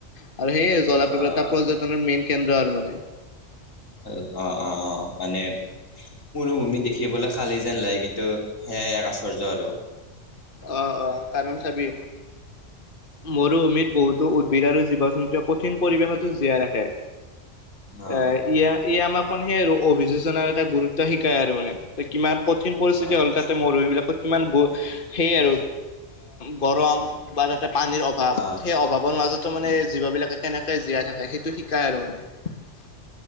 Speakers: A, on the left (about 45°); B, on the left (about 90°).
A: আৰু আৰু সেইয়ে জলপ্ৰপ্ৰাতৰ
B: অ',
A: পৰ্যটনৰ মেইন কেন্দ্ৰ আৰু মানে
B: অ', অ', অ', মানে মৰুভূমি দেখিবলৈ খালী যেন লাগে কিন্তু সেয়াই এক আশ্চৰ্য্য আৰু
A: অ অ কাৰণ চাবি মৰুভূমিত বহুতো উদ্ভিদ আৰু জীৱ-জন্তুৱে কঠিন পৰিৱেশতো জীয়াই ৰাখে
B: অ',
A: এ ইয়া ই আমাক মানে সেই আৰু অভিযোজনাৰ এটা গুৰুত্ব শিকাই আৰু মানে ত কিমান কঠিন পৰিস্থিতি
B: আচ্ছা
A: হ'ল তাতে মৰুভূমিবিলাকত কিমান গ সেই আৰু গৰম বা তাতে পানীৰ অভাৱ
B: অ',
A: সেই অভাৱৰ মাজত মানে জীৱ বিলাকে কেনেকে জীয়াই থাকে সেইটো শিকায় আৰু মানে